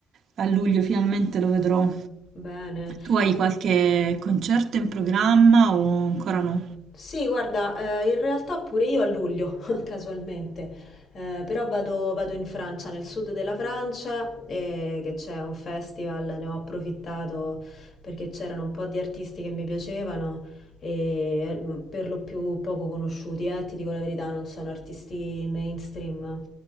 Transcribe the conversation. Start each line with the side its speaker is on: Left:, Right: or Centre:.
Right: a luglio finalmente lo vedrò.
Left: bene.
Right: Tu hai qualche concerto in programma o ancora no?
Left: Sì, guarda, eh, in realtà pure io a luglio, <laughs> casualmente, Eh, però vado, vado in Francia, nel sud della Francia, eh, che c'è un festival, ne ho approfittato perché c'erano un po' di artisti che mi piacevano, e eh, per lo più poco conosciuti, eh, ti dico la verità, non sono artisti mainstream,